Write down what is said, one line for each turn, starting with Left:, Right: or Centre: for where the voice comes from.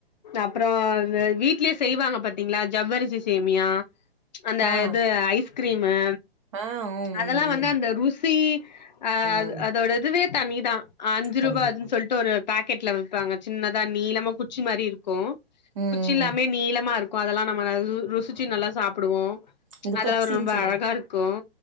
Left: அப்புறம் வீட்லயே செய்வாங்க பாத்தீங்களா ஜவ்வரிசி சேமியா அந்த
Right: ஆ
Left: இது ஐஸ் கிரீமு
Right: ஆ ம்
Left: அதெல்லாம்
Right: ம்
Left: வந்து
Right: ம்
Left: அந்த ருசி அஹ்
Right: ம்
Left: அதோட இதுவே தனிதான் அ ஞ்சு
Right: கண்டிப்பா
Left: ரூபா அன்னு சொல்லிட்டு ஒரு பாக்கெட்ல விப்பாங்க சின்னதா நீளமா குச்சி மாரி இருக்கும்
Right: ம்
Left: குச்சி இல்லாமே நீளமா இருக் கு அதெல்லாம் நம்ம ருசிச்சு நல்லா சாப்டுவோம்
Right: இந்த
Left: அதா
Right: பெப்சின்னு
Left: ஒரு ரொம்ப
Right: சொல்லுவாங்க
Left: அழகா இருக்கும்